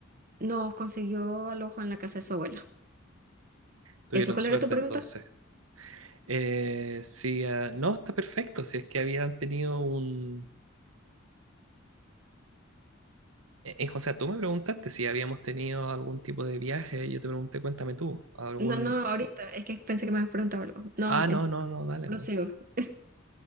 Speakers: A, on the right (about 45°); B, on the right (about 75°).
A: nos consiguió alojo en la casa de su abuela.
B: Tuvieron
A: ¿Eso cuál
B: suerte
A: era tu pregunta?
B: entonces. Eh, sí, ah, no, está perfecto. Si es que habían tenido un... eh, eh, o sea, tú me preguntaste si habíamos tenido algún tipo de viaje. Yo te pregunté, cuéntame tú, algún...
A: No, no, ahorita, es que pensé que me habías preguntado algo. No,
B: Ah,
A: en-
B: no, no, no, dale,
A: prosigo.
B: no.
A: <laughs>